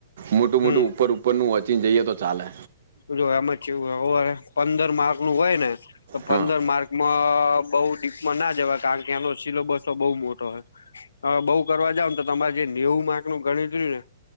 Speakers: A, on the right; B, on the left.
A: મોટું
B: હમ
A: મોટું ઉપર ઉપર નું વચીન જઈએ તો ચાલે
B: જો એમાં કેવું પંદર માર્ક નું હોય ને તો પંદર
A: હા
B: માર્કમાં બઉુ ડીપમાં ના જવાય કારણ કે એનો સિલોબસો બઉ મોટો હોય હ બઉ કરવા જાવને તો તમારે જે નેવું માર્ક નું ગણરું ને